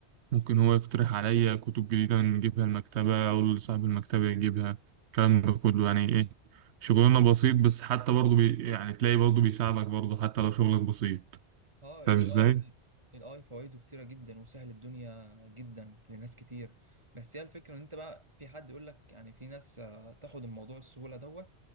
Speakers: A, on the right; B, on the right.
A: ممكن هو يقترح عليا كتب جديدة نجيبها المكتبة أو صاحب المكتبة يجيبها الكلام ده كله يعني إيه شغلنا بسيط بس حتى برضه بي يعني تلاقي برضه بيساعدك برضه حتى لو شغلك بسيط
B: اه الاي
A: فاهم إزاي؟
B: اي الاي فوائده كتيره جدا وسهل الدنيا جدا لناس كتير بس هي الفكره ان انت بقى في حد يقول لك يعني في ناس آه، تاخد الموضوع السهوله دوت